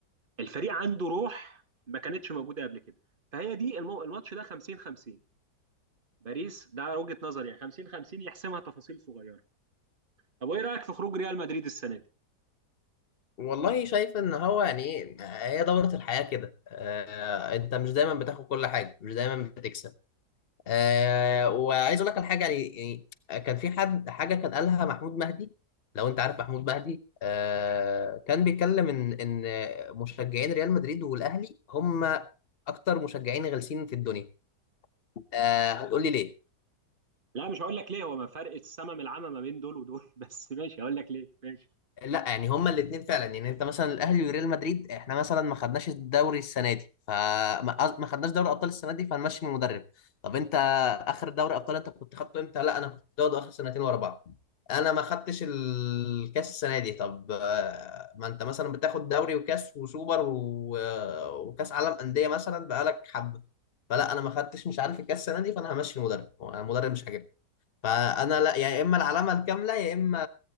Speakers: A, on the right; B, on the left.
A: الفريق عنده روح ما كانتش موجوده قبل كده فهي دي المو... الماتش ده 50 50 باريس ده وجهه نظري يعني 50 50 يحسمها تفاصيل صغيره طب وايه رايك في خروج ريال مدريد السنه دي
B: والله شايف ان هو يعني ايه هي دورة الحياة كده أه انت مش دايما بتاخد كل حاجة مش دايما بتكسب أه وعايز اقول لك على حاجة يعني يعني كان في حد حاجة كان قالها محمود مهدي لو انت عارف محمود مهدي أه كان بيتكلم ان ان مشجعين ريال مدريد والاهلي هم اكتر مشجعين غلسين في الدنيا آه هتقول لي ليه
A: لا مش هقول لك ليه هو ما فرق السما من العمى ما بين دول ودول <laughs> بس ماشي هقول لك ليه ماشي
B: لا يعني هما الاثنين فعلا يعني انت مثلا الاهلي وريال مدريد احنا مثلا ما خدناش الدوري السنه دي فما قصد- ما خدناش دوري ابطال السنه دي فهنمشي المدرب طب انت اخر دوري ابطال انت كنت خدته امتى لا انا كنت واخده اخر سنتين ورا بعض انا ما خدتش الكاس السنه دي طب آه، ما انت مثلا بتاخد دوري وكاس وسوبر و- آه، وكاس عالم انديه مثلا بقالك حبه فلا انا ما خدتش مش عارف الكاس السنه دي فانا همشي المدرب انا المدرب مش عاجبني فانا لا يا اما العلامه الكامله يا اما